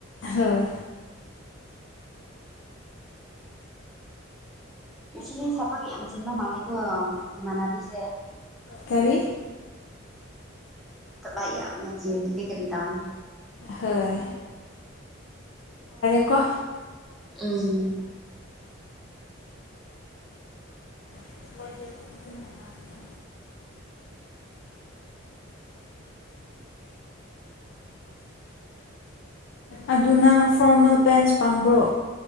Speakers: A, on the left; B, in the centre.
A: ꯍꯣꯏ
B: ꯉꯁꯦ ꯁꯕꯛ ꯌꯥꯝ ꯆꯤꯟꯕ ꯃꯥꯜꯂꯦꯀꯣ ꯏꯃꯥꯟꯅꯕꯤꯁꯦ
A: ꯇꯔꯤ
B: ꯚ ꯌꯥꯝꯅ ꯆ ꯀꯔꯤ ꯇꯅꯤ
A: ꯍꯣꯏ ꯀ
B: ꯎꯝ
A: ꯌ ꯑꯗꯨ ꯅꯪ ꯐꯣꯔꯃꯦꯜ ꯄꯦꯟꯁ ꯄꯥꯝꯕ꯭ꯔꯣ